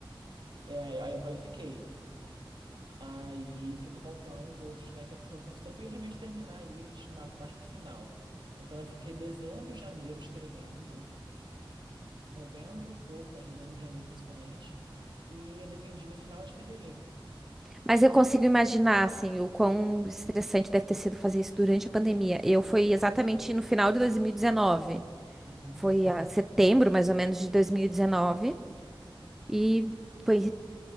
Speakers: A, on the right (about 60°); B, in the centre.
A: É, aí eu qualifiquei. Aí ficou faltando os outros, né? Que eu só, só só fui realmente terminar eles ma- mais pro final. Então eu fiquei dezembro, janeiro escrevendo, novembro um pouco, mas dezembro, janeiro principalmente, e eu defendi no final de fevereiro.
B: Mas eu consigo imaginar, assim, o quão estressante deve ter sido fazer isso durante a pandemia. Eu foi exatamente no final de 2019,
A: Uhum.
B: foi a setembro, mais ou menos, de 2019, e foi